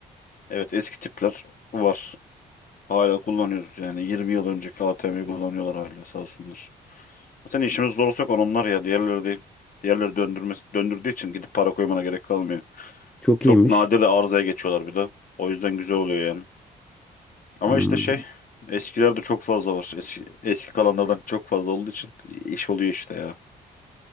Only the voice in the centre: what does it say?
Çok
iyiymiş.
Hmm,